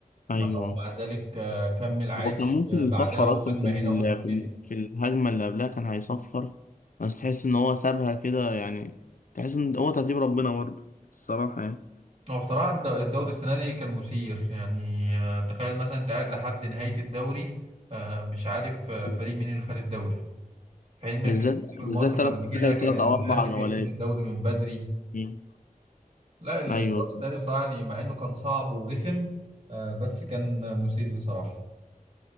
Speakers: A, on the left; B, on the right.
A: ايوه
B: ما هو مع ذلك آه، كمل عادي
A: هو كان ممكن
B: آه،
A: يصفر
B: بعدها وهجمه
A: اصلا في ال-
B: هنا وهجمه
A: في
B: هنا
A: ال- في الهجمة اللي قبلها كان هيصفر بس تحس ان هو سابها كده يعني تحس ان هو ترتيب ربنا برضه الصراحة يعني
B: هو بصراحه الد- الدوري السنه دي كان مثير يعني آه، تخيل مثلا انت قاعد لحد نهايه الدوري آه، مش عارف آه،
A: انه
B: فريق مين اللي خد الدوري في حين
A: بالذات
B: انك في
A: بالذات
B: المواسم
A: تلات
B: قبل كده
A: آخر
B: كان
A: تلات أو
B: الاهلي
A: أربع جولات
B: بيحسم الدوري من بدري
A: مم.
B: لا الدوري
A: أيوه
B: السنه دي بصراحه يعني مع انه كان صعب ورخم آه، بس كان مثير بصراحه